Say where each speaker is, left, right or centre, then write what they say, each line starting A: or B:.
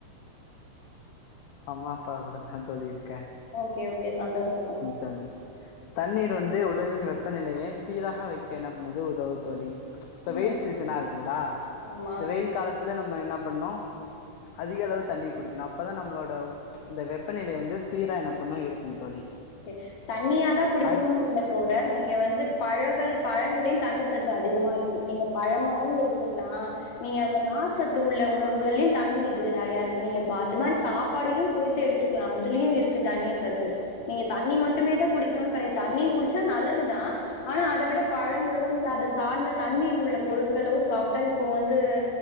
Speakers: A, on the left; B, on the left.
A: அம்மா அப்பா கூடஹா தோழி இருக்கே
B: ஓகே ஓகே சந்தோஷோ
A: தலி தண்ணீர் வந்து உடலின் வெப்பநிலையே சீராக வைக்க எனா பன்னுது உதவு தோழி ப்ப
B: ம்
A: வெயில் சீசனா இருக்குங்ளா
B: ஆமா
A: இந்த வெயில் காலத்துல நம்ம என்ன பண்ணோ அதிக அளவு தண்ணீ குடிக்கணு அப்பதா நம்ளோடவ் அந்த வெப்பநிலை வந்து சீரா என்ன பண்ணு இருக்கும் தோழி
B: ஓகே தண்ணியாதா குடிப்பணுனு
A: அத்
B: இல்ல தோழர் நீங்க வந்துப் பழகல் பழங்கள்யு தண்ணி சத்து அதிகமா ருக்கு நீங்க பழமாவு எடுத்துக்லா நீங்க அந்த நார் சத் தூள்ள உணவுகள்ளி தண்ணி இது நறையா இருக்கு நீங்க பாத்து மாரி சாப்பாடையு சேத்து எடுத்துக்லா அதுலுயு இர் க்கு தண்ணி சத்து நீங்க தண்ணி மட்டுமே தா குடிக்கணுன் கடையா தண்ணி குடிச்சா நல்லதுதா ஆனா அத விட பழங்களுல்ல அத சார்ந்த தண்ணீர் உள்ள பொருட்களோ சாப்ட்டா இப்போ வந்து